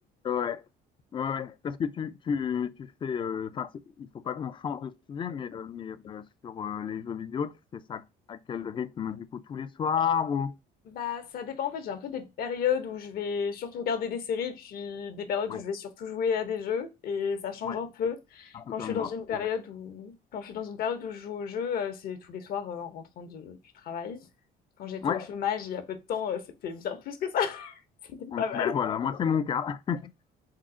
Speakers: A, on the left; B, on the left.
A: Ouais, ouais, ouais. Parce que tu, tu, tu fais, euh, enfin, c'est- il faut pas qu'on change de sujet, mais, euh, mais euh, sur euh, les jeux vidéo, tu fais ça à quel rythme, du coup, tous les soirs ou...
B: Bah, ça dépend en fait. J'ai un peu des périodes où je vais surtout regarder des séries, puis des périodes
A: Ouais,
B: où je vais surtout jouer à des jeux, et ça change
A: ouais,
B: un peu.
A: un peu
B: Quand
A: comme
B: je suis dans
A: moi.
B: une période
A: c'est vrai.
B: où, quand je suis dans une période où je joue au jeu, euh, c'est tous les soirs euh, en rentrant de- du travail. Quand j'étais
A: Ouais,
B: au chômage il y a peu de temps, euh, c'était bien plus que ça. <laughs> C'était
A: on-
B: pas mal.
A: ben voilà, moi, c'est mon cas. <laughs>